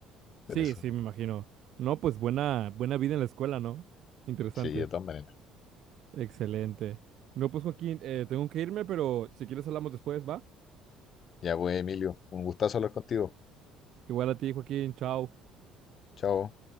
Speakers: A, on the left; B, on the right.
A: con
B: Sí,
A: eso.
B: sí, me imagino. No, pues buena, buena vida en la escuela, ¿no? Interesante.
A: Sí, de todas maneras.
B: Excelente. No, pues Joaquín, eh, tengo que irme, pero si quieres hablamos después, ¿va?
A: Ya pues, Emilio, un gustazo hablar contigo.
B: Igual a ti, Joaquín, chao.
A: Chao.